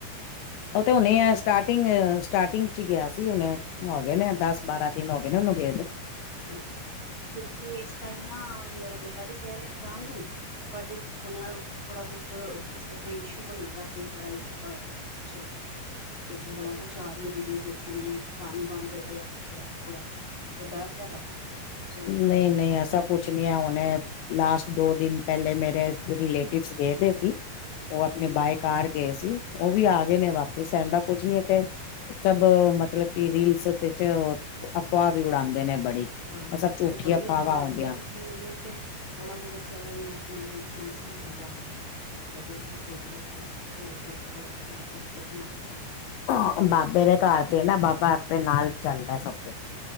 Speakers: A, on the left; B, on the left.
A: ਉਹ ਤੇ ਹੁਨੇ
B: ਕਿਵੇਂ
A: ਆ
B: ਮਤਲਬ
A: ਸਟਾਰਟਿੰਗ, ਸਟਾਰਟਿੰਗ 'ਚ ਗਿਆ ਸੀ ਹੁਨੇ। ਹੋ ਗਏ ਨੇ, ਦਸ ਬਾਰਾਂ ਦਿਨ ਹੋ ਗਏ ਨੇ, ਉਹਨੂੰ ਗਏਦੇ।
B: ਹਾਂਜੀ, ਹਾਂਜੀ ਕਿਉਂਕਿ ਇਸ ਟਾਈਮ ਨਾ ਮੇਰਾ ਬੇਟਾ ਵੀ ਕਹਿ ਰਿਹਾ ਜਾਨ ਨੂੰ ਬਟ ਇਹਥੋੜ੍ਹ ਜਹਾ ਥੋੜ੍ਹਾ ਕੁਛ, ਕੁਛ ਉੱਥੇ ਇਸ਼ੂ ਬਣਿਆ ਦਾ ਕੋਈ ਲੜਾਈ ਚਗੜਾ ਹੋਇਆ। ਅੱਛਾ। ਕੁਛ ਬੜਾ ਕੁੱਛ ਆ ਰਹੀ ਹੈ ਵੀਡੀਓ ਪਿਛੀ ਨੇ, ਪਾਣੀ ਬੰਦ ਹੋ ਰਹਾ, ਜੇ ਹੈ ਵੋ ਹੇ। ਡਰ ਜੇਹਾ ਲੱਗਦਾ। ਚਲੋ
A: ਨਹੀਂ, ਨਹੀਂ ਐਸਾ
B: ਕੰਸਲਟ
A: ਕੁਛ ਨਹੀਂ
B: ਕਰੀਏ
A: ਹੈ ਹੁਣੇ ਲਾਸਟ ਦੋ ਦਿਨ ਪਹਿਲੇ ਮੇਰੇ, ਰਿਲੇਟਿਵ ਗਏਦੇ ਸੀ। ਉਹ ਆਪਣੇ
B: ਹੂੰ
A: ਬਾਏ ਕਾਰ ਗਏ ਸੀ, ਉਹ ਵੀ ਆ ਗਏ ਨੇ ਵਾਪਿਸ, ਐਹਿਣ ਦਾ ਕੁਝ ਨੀ ਇਥੇ ਸਭ ਮਤਲਬ, ਕਿ ਰੀਲਸ ਤੇ 'ਚ ਅਫਵਾਹ ਵੀ ਉਡਾਉਂਦੇ ਨੇ ਬੜੀ। ਇਹ
B: ਹਾਂ ਹਾਂ,
A: ਸਭ
B: ਪਿਛੈ
A: ਝੂਠੀ
B: ਬੜੀ
A: ਅਫਵਾਹਾਂ
B: ਅਫਾਹ ਆ
A: ਹੁੰਦੀਆਂ
B: ਰਹੀ ਨਾ ਕਿਉਂਕਿ ਇਹਨੇ ਤੇ, ਬੜਾ ਮਗਰ ਪੈਦਾ ਕਿ ਮੈਂ ਆਪਣੇ ਫਰੈਂਡਸ ਦੇ ਨਾਲ ਜਾਣਾ ਹੈ। ਵਧੇ ਕੀ ਸੋਚ ਲਿਆ ਕਿ, ਹੋ ਤੁਹਾਨੂੰ ਪਤਾ ਬੱਚਾ ਕਰੋ ਕੱਢਣਾ ਇਸ ਟਾਈਮ।
A: ਹਾਂ ਬਾਬੇ ਦੇ ਘਰ ਪ ਨਾ, ਬਾਬਾ ਆਪਣੇ ਨਾਲ ਚੱਲਦਾ ਸਭ ਕੁਛ।